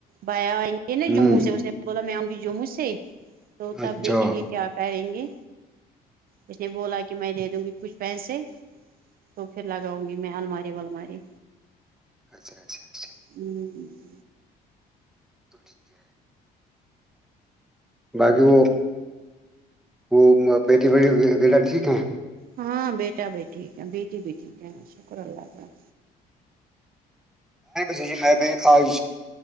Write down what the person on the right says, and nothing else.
بایا آئیں گے نا جموں
سے اسے بولا میں آؤں گی جموں سے تو تب
دیکھیں گے کیا پیں گے اس نے بولا کہ میں دے دوں گی کچھ پینسے تو پھر لگاؤں گی میں الماری والماری
ہوں
ہاں بیٹا بھی ٹھیک ہے بیٹی بھی ٹھیک ہے شکر اللہ ت